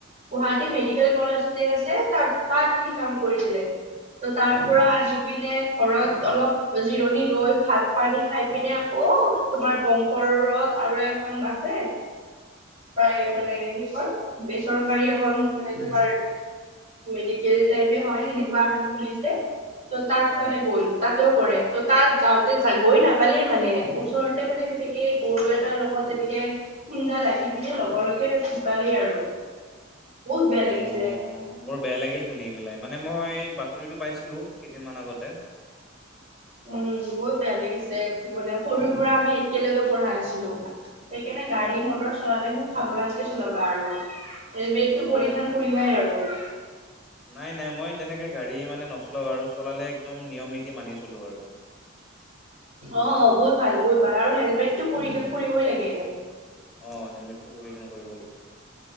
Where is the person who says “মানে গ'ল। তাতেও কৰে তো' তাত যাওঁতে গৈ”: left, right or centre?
Right